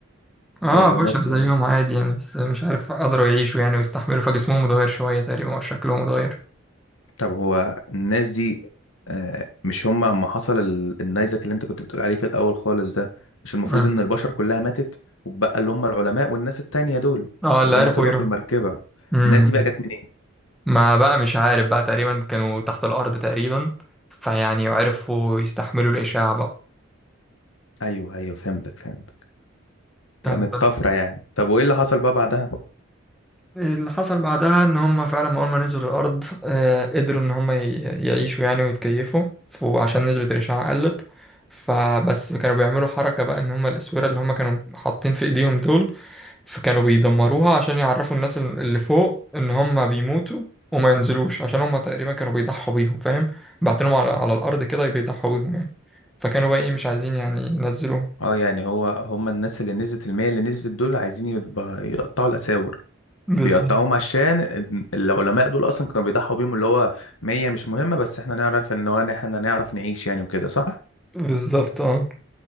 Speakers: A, in the centre; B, on the left (about 70°).
A: اه
B: ولا
A: بشر
B: ناس يعني
A: زيهم عادي يعني بس مش عارف قدروا يعيشوا يعني ويستحملوا فجسمهم اتغير شوية تقريبا وشكلهم اتغير
B: طب هو الناس دي آه، مش هما اما حصل ال- النيزك اللي انت كنت بتقول عليه في الاول خالص ده مش المفروض
A: اه
B: ان البشر كلها ماتت وبقى اللي هما العلماء والناس التانية دول
A: اه اللي
B: اللي
A: عرفوا
B: هما طلعوا
A: يروح
B: في المركبة
A: امم
B: الناس دي بقى جت منين
A: ما بقى مش عارف بقى تقريبا كانوا تحت الأرض تقريبا فيعني عرفوا يستحملوا الإشعاع بقى
B: ايوه ايوه فهمتك فهمت
A: طب
B: كانت طفرة يعني طب وايه اللي حصل بقى بعدها
A: اللي حصل بعدها ان هم فعلا اول ما نزلوا الارض آه، قدروا ان هم ي- يعيشوا يعني ويتكيفوا ف- وعشان نسبة الاشعاع قلت فبس كانوا بيعملوا حركة بقى ان هم الاسورة اللي هم كانوا حاطين في ايديهم دول فكانوا بيدمروها عشان يعرفوا الناس ال- اللي فوق ان هم بيموتوا وما ينزلوش عشان هم تقريبا كانوا بيضحوا بيهم فاهم بعتنهم على على الارض كده بيضحوا بيهم يعني فكانوا بقى ايه مش عايزين يعني ينزلوهم
B: اه يعني هو هم الناس اللي نزلت المية اللي نزلت دول عايزين يبقى- يقطعوا الأساور
A: بالظبط
B: بيقطعوهم عشان العلماء دول اصلا كانوا بيضحوا بيهم اللي هو مية مش مهمة بس احنا نعرف ان هو احنا نعرف نعيش يعني وكده صح
A: بالظبط اه